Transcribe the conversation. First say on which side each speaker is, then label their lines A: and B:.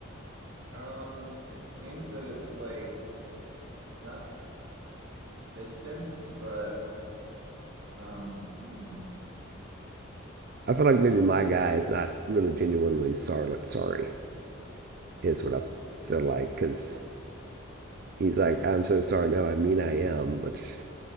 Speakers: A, on the right; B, on the right.
A: Um, it seems that it's like not distance, but um, hmm.
B: I feel like maybe my guy is not really genuinely sorry. sorry. is what I feel like because he's like, I'm so sorry. No, I mean, I am, which